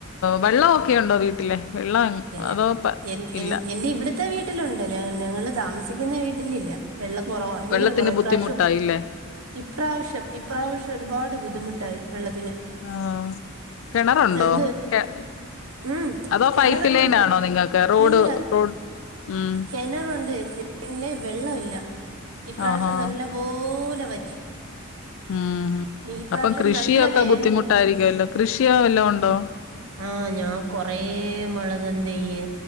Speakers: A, on the left; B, on the right.
A: വെള്ളൊക്കെ ഒണ്ടോ വീട്ടിലെ വെള്ളം
B: ഇല്ല
A: അതോ പ
B: എൻ
A: ഇല്ല
B: എന്റെ ഇവിടുത്തെ വീട്ടിലുണ്ട് ഞാൻ ഞങ്ങള് താമസിക്കുന്ന വീട്ടിലില്ല. വെള്ളം കൊറവ ഭയങ്കര
A: വെള്ളത്തിന്
B: കൊറവ ഇപ്രാവശ്യം
A: ബുദ്ധിമുട്ടായില്ലേ
B: ഇപ്രാവശ്യം ഇപ്രാവശ്യം ഒരുപാട് ബുദ്ധിമുട്ടായി വെള്ളത്തിന്.
A: ആഹ് കിണറുണ്ടോ
B: എന്ത്
A: കെ
B: ഉം
A: അതോ
B: കെണറ്
A: പൈപ്പ്
B: ഇപ്പളുണ്ടോ
A: ലൈൻ ആണോ നിങ്ങൾക്ക് റോഡ്
B: ഇല്ല
A: റോഡ് ഉം
B: കനറുണ്ട് ചേച്ചി പിന്നെ വെള്ളം ഇല്ല ഇപ്രാവിശ്യം
A: ആഹാ
B: നല്ലപോലെ വറ്റി.
A: ഉം
B: ഇപ്രാവശ്യം
A: അപ്പം കൃഷിയൊക്കെ
B: നല്ല വേനലുണ്ട്
A: ബുദ്ധിമുട്ടായിരിക്കല്ലോ കൃഷി വല്ലോ ഉണ്ടോ
B: ആഹ് ഞാൻ കൊറേ മുളക് തെയ്യ്